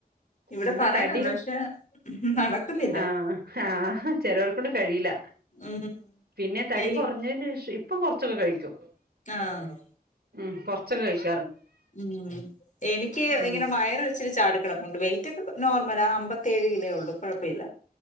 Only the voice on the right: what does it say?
പിന്നെ
തടിയു
ആ ആ. ചെലവരെക്കൊണ്ട് കഴിയില്ല.
പിന്നെ തടി
കൊറഞ്ഞേന് ശേഷം പ്പം കുറച്ചൊക്കെ കഴിക്കും
ഉം കൊറച്ചൊക്കെ കഴിക്
ഉം